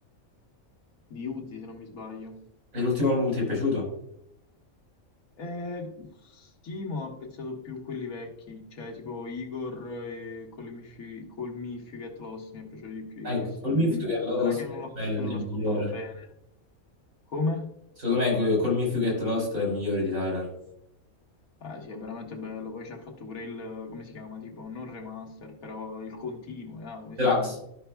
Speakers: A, on the left; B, on the right.
A: di Uzi, se non mi sbaglio.
B: E l'ultimo album ti è piaciuto?
A: Eh, sì, ma ho apprezzato più quelli vecchi, cioè tipo Igor e Call Me If You, Call Me If You Get Lost, mi è piaciuto di più
B: Ecco,
A: di questo.
B: col Mifid che è lo-
A: Sarà che non l'ho
B: è il
A: non l'ho ascoltato
B: migliore.
A: bene. Come?
B: Secondo me que- Call Me If You Get Lost è il migliore di Tyler.
A: Ah sì, è veramente bello. Poi ci ha fatto pure il, come si chiama? Tipo, non remaster, però il continuo, eh, come si
B: Deluxe.
A: chiama?